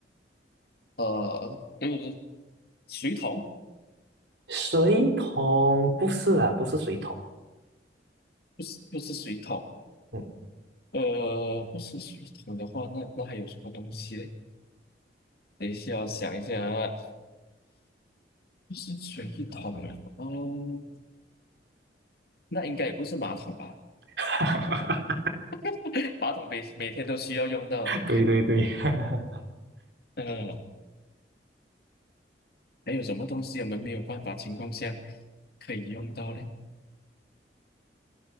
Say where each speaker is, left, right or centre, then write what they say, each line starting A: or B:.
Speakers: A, on the left; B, on the right.
A: 呃，如说水桶，
B: 水桶不是啦，不是水桶。
A: 不是不是水桶，
B: 嗯，
A: 呃，不是水桶的话，那那还有什么东西嘞？等一下，我想一下啊，不是水桶哦，那应该也不是马桶吧？
B: <laughs>
A: <laughs> 马桶每每天都需要用到。
B: 对对对，<laughs>
A: 嗯，还有什么东西我们没有办法情况下可以用到呢？